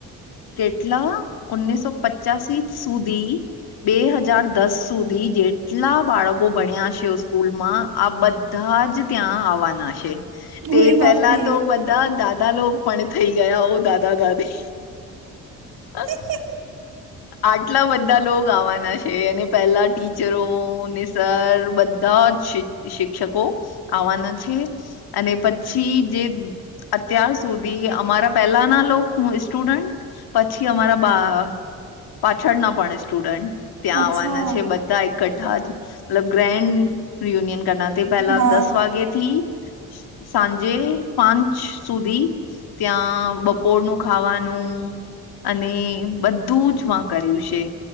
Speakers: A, on the left; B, on the right.
A: કેટલા ઓનીસસો પચાસી સુધી- બે હજાર દસ સુધી જેટલા બાળકો ભણ્યા છે સ્કૂલમાં- આ બધા જ ત્યાં આવવાના હ છે. તે
B: અરે બાપરે
A: પેલા તો બધા દાદા લો પણ થઈ ગયા હો દાદા દાદી- હ
B: એક-
A: આટલા બધા લોકો આવવાના છે અને પેલા ટીચરોને- સર બધા જ શિક્ષકો આવવાના છે. અને પછી જે અત્યાર સુધી અમારા પહેલા ના લો હું- સ્ટુડન્ટ પછી અમારા બા પાછળના પણ સ્ટુડન્ટ- ત્યાં
B: અચ્છા
A: આવવાના છે બધા એકઠા જ મતલબ ગ્રેન્ડ- રિયુનિયન કરના તે પેલા
B: હા
A: દસ વાગેથી- સાંજે પાંચ સુધી ત્યાં બપોરનું ખાવાનું- અને બધું જ માં કર્યું છે.